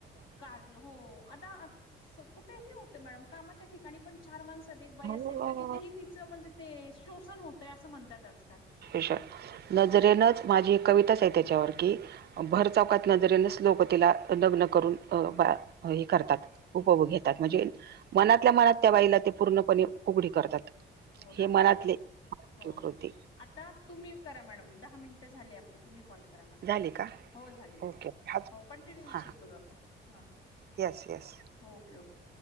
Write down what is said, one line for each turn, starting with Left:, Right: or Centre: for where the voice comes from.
Left: कारल हो आता सप कुठेही होत मॅडम कामाच्या ठिकाणी पण चार माणस दे बाई
Right: हो
Left: असेल तर तिथेही तिचं म्हणजे ते शोषण होतय असं म्हणतात आजकाल
Right: श नजरेनंच माझी एक कविताच आहे त्याच्यावर की भर
Left: हं,
Right: चौकात नजरेनंच लोक तिला लग्न करून बा हे करतात उपभोग घेतात म्हणजे मनातल्या मनात त्या बाईला ते पूर्णपणे उघडी करतात
Left: हो ना
Right: हे
Left: चालेल
Right: मनातले
Left: हो हो
Right: कृती
Left: आता तुम्ही करा मॅडम दहा मिनटं झाली आपली. तुम्ही कॉल करा मला
Right: झाली का
Left: हो झाले झाले
Right: ओके हाच
Left: हो कंटिन्यू विषय
Right: हां हां
Left: करू आपण हां.
Right: Yes yes.
Left: Okay okay